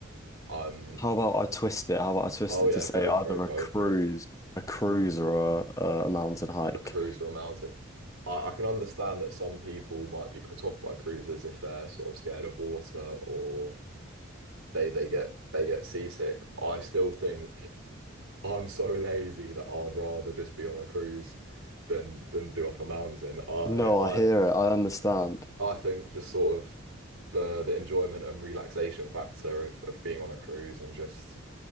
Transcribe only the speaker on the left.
How about I twist it? How about I twist
it
to say
either
a cruise,
a cruise or a, a mountain hike?
No,
I hear it. I understand.